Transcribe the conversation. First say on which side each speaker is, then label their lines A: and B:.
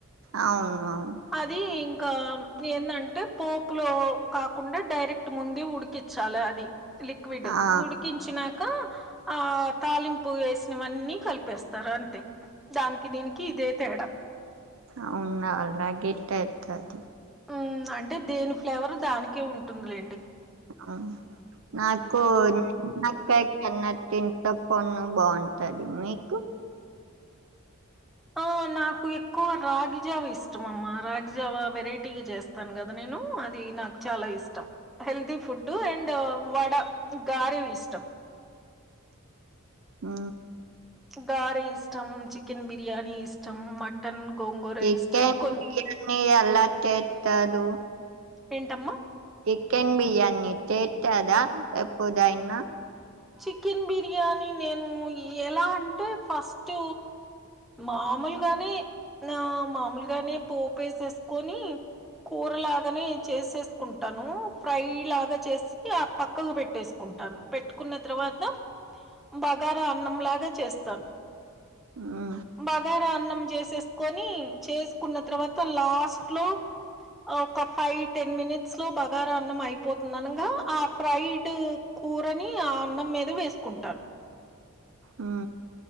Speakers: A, on the right; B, in the centre.
A: అవును అవును
B: అది ఇంకా ఏందంటే పోపు లో కాకుండా డైరెక్ట్ ముంద ఉడికించాలి అది లిక్విడ్
A: ఆ
B: ఉడికించిన
A: <inaudible>
B: ఆ తాలింపు వేసినవన్నీ కలిపేస్తారు అంతే దానికి దీనికి ఇదే తేడా
A: అవునా అలాగ ఇట్ట ఇతు అది
B: ఉమ్ అంటే దేని ఫ్లేవర్ దానికే ఉంటుంది లేండి
A: ఆ నాకు <unintelligible> కాయ కన్న తింట పన్ను బాగుంటది మీకు
B: ఆ నాకు ఎక్కువ రాగిజావ ఇష్టం అమ్మా రాగిజావ వెరై టీగా చేస్తాను కదా నేను అది నాకు చాలా ఇష్టం హెల్తీ ఫుడ్ అండ్ వడ గారెవి ఇష్టం
A: ఆ
B: గార ఇష్టం చికెన్ బిర్యానీ ఇష్టం మటన్ గోంగూర
A: చికెన్
B: ఇష్టం కొన్ని
A: బిర్యానీ ఎలా చెత్తరు
B: ఏంటమ్మ
A: చికెన్ బిర్యానీ చెత్తర ఎప్పుడైనా
B: చికెన్ బిర్యానీ నేను ఎలా అంటే ఫస్ట్ మాములుగానే ఆ మాములుగానే పోపేసేసుకొని కూర లాగానే చేసేసుకుంటాను ఫ్రై లాగా చేసి ఆ పక్కకు పెట్టేసుకో టాను పెట్టుకున్న తర్వాత బగారా అన్నంలాగా చేస్తాను
A: ఉ
B: బగారా అన్నం చేసేసుకొని చేసుకున్న తర్వాత లాస్ట్ లో ఒక ఫై టెన్ మినిట్ లో బగార అన్నం అయిపోతుందనగా ఆ ఫ్రైడ్ కూరని ఆ అన్నం మీద వేసుకుంటాను
A: ఉ